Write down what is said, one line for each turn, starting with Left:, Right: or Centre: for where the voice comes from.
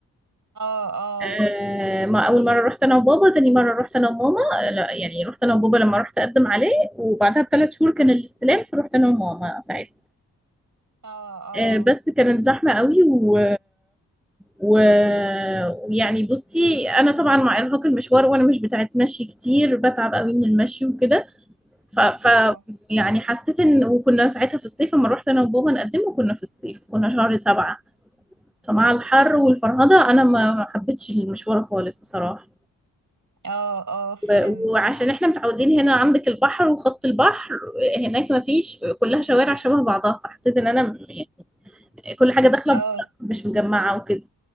Right: اه
Centre: آه، ما اول مره رحت انا وبابا تاني مره رحت انا وماما آه، لا يعني رحت انا وبابا لما رحت اقدم عليه وبعدها بثلاث شهور كان الاستلام فرحت انا وماما ساعتها
Right: اه اه
Centre: آه، بس كانت زحمه قوي و و- ويعني بصي انا طبعا مع ارهاق المشوار وانا مش بتاعت مشي كتير بتعب قوي من المشي وكده ف... ف
Right: اه
Centre: يعني حسيت ان وكنا ساعتها في الصيف لما رحت انا وبابا نقدمه كنا في الصيف كنا شهر سبعة فمع الحر والفرهده انا ما ما حبيتش المشوار خالص بصراحه
Right: اه اه فهمت
Centre: و- وعشان احنا متعودين هنا عندك البحر وخط البحر هناك ما فيش كلها شوارع شبه بعضها فحسيت ان انا م- يعني كل حاجه داخله
Right: اه
Centre: مش مجمعه وكده